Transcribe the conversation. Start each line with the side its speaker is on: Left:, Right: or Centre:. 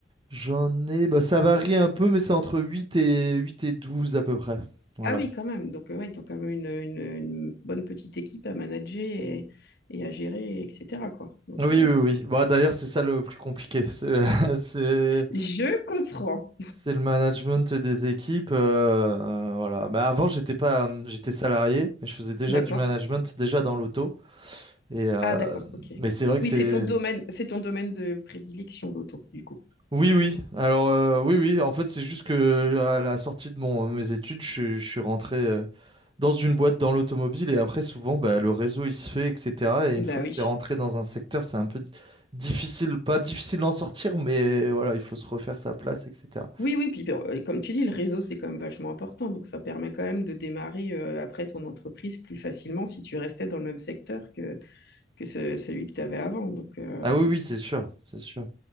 Right: j'en ai, bah, ça varie un peu, mais c'est entre huit et, huit et 12 à peu près. Voilà.
Left: Ah oui, quand même. Donc, euh, ouais, t'as quand même une, une- une bonne petite équipe à manager et, et à gérer, etc., quoi. Donc,
Right: Oui,
Left: euh,
Right: oui, oui. Bah, d'ailleurs, c'est ça le plus compliqué. C'est <laughs> c'est-
Left: je comprends.
Right: c'est le management des équipes. euh, euh, voilà. Mais avant, j'étais pas, j'étais salarié, mais je faisais déjà
Left: D'accord.
Right: du management, déjà dans l'auto. Et euh,
Left: Ah, d'accord, ok.
Right: mais c'est vrai que
Left: Oui,
Right: c'est
Left: c'est ton domaine, c'est ton domaine de prédilection, l'auto, du coup.
Right: oui oui. Alors euh, oui oui. En fait c'est juste que à la sortie de mon mes études je, suis je suis rentré euh, dans une boîte dans l'automobile et après souvent bah, le réseau il se fait etc. Et une
Left: Bah
Right: fois
Left: oui.
Right: que tu es rentré dans un secteur c'est un peu di- difficile pas difficile d'en sortir mais voilà il faut se refaire sa place etc.
Left: Oui, oui, puis bon, euh, comme tu dis, le réseau, c'est quand même vachement important. Donc, ça permet quand même de démarrer euh, après ton entreprise plus facilement si tu restais dans le même secteur que, que ce- celui que tu avais avant. Donc, euh,
Right: Ah oui oui c'est sûr c'est sûr.